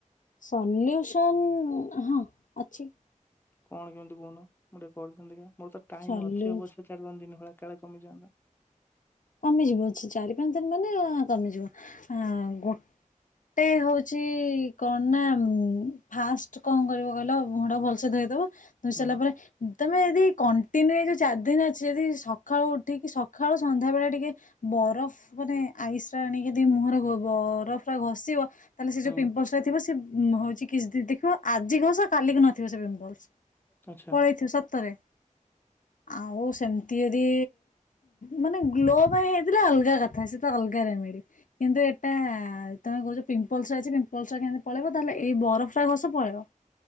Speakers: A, on the left; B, on the left.
A: ସଲ୍ୟୁସନ ହଁ ଅଛି।
B: କଣ କେମିତି କହୁନ ଗୋଟେ <unintelligible> ଦେଖିବା। ମୋର ତ ଟାଇମ୍
A: ସଲ୍ୟୁ
B: ଅଛି ଅବଶ୍ୟ ଚାରି ପାଞ୍ଚ ଦିନ ଭଳିଆ କାଳେ କମି ଯାବ
A: କମିଯିବ ଅଛି, ଚାରି ପାଞ୍ଚ ଦିନ ମାନେ କମିଯିବ ଆ ଗୋଟେ ହଉଛି କଣ ନା ଫାଷ୍ଟ କଣ କରିବ କହିଲ ମୁହଁ ପାଖକୁ ଭଲସେ ଧୋଇଦବ। ଧୋଇ
B: ହୁଁ
A: ସାରିଲା ପରେ ତମେ ଯଦି କଣ୍ଟ ତିନିରେ ଯୋଉ ଚାରି ଦିନ ଅଛି ଯଦି ସକାଳୁ ଉଠିକି ସକାଳୁ ସନ୍ଧ୍ୟାବେଳେ ଟିକେ ବରଫ ମାନେ ଆଇସ ଟା ଆଣିକି ଦି ମୁହଁରେ ବରଫ ଟା ଘଷିବ ତାହେଲେ ସେ ଯଉ
B: ହୁଁ
A: ପିମ୍ପଲ୍ସ ଟା ଥିବ ମୁହଁ ହଉଛି କିଛିଦିନ ଦେଖିବ ଆଜିି ଘସ କାଲିକି ନଥିବ ସେ ପିମ୍ପଲ୍ସ
B: ଆଚ୍ଛା
A: ପଳେଇଥିବ ସତରେ ଆଉ ସେମତି ଯଦି ମାନେ ଗ୍ଲୋ ପାଇଁ ହେଇଥିଲା ଅଲଗା କଥା ସେ ତ ଅଲଗ ରେମିଡି କିନ୍ତୁ ଏଇଟା ତମେ କହୁଛ ପିମ୍ପଲ୍ସ ଅଛି ପିମ୍ପଲ୍ସ ଟା କେମିତି ପଳେଇବ ତାହେଲେ ଏଇ ବରଫଟା ଘଷ ପଳେଇବ।